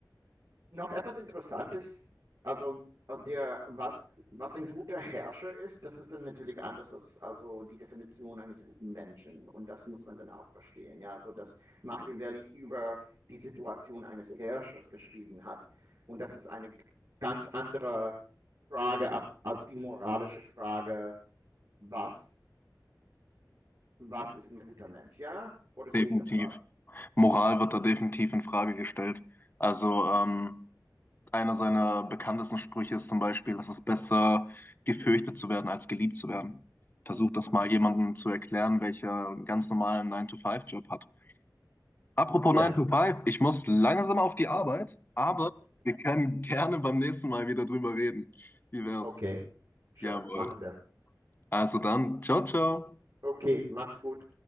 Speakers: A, on the right; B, on the left.
A: Noch etwas Interessantes, also also der, was, was ein guter Herrscher ist, das ist dann natürlich anders als also die Definition eines guten Menschen. Und das muss man dann auch verstehen. Ja, so dass Machiavelli über die Situation eines Herrschers geschrieben hat. Und das ist eine ganz andere Frage als, als die moralische Frage, was, was ist ein guter Mensch? Ja? Oder sehe
B: Definitiv.
A: ich das falsch?
B: Moral wird da definitiv in Frage gestellt. Also, ähm, einer seiner bekanntesten Sprüche ist zum Beispiel, dass es besser gefürchtet zu werden, als geliebt zu werden. Versucht
A: Mhm.
B: das mal jemandem zu erklären, welcher einen ganz normalen 9 to five job hat. Apropos
A: Ja,
B: 9 to five ich muss langsam auf die Arbeit, aber wir können gerne beim nächsten Mal wieder drüber reden. Wie wär's?
A: okay. Schön,
B: Jawohl.
A: machen wir.
B: Also dann, ciao, ciao.
A: Okay, mach's gut.